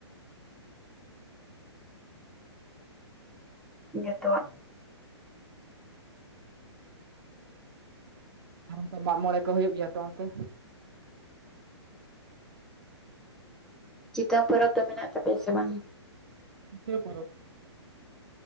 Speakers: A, in the centre; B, on the right (about 55°).
A: ᱡᱷᱚᱛᱚᱣᱟᱜ
B: ᱟᱨ ᱚᱱᱠᱟ ᱢᱟᱜ ᱢᱚᱬᱮ ᱠᱚ ᱦᱩᱭᱩᱜ ᱜᱮᱭᱟ ᱛᱚ ᱚᱱᱛᱮ?
A: ᱪᱤᱛᱚᱝ ᱯᱚᱨᱚᱵᱽ ᱫᱚ ᱢᱮᱱᱟᱜ ᱛᱟᱯᱮᱭᱟ ᱥᱮ ᱵᱟᱝ?
B: <unintelligible> ᱯᱚᱨᱚᱵ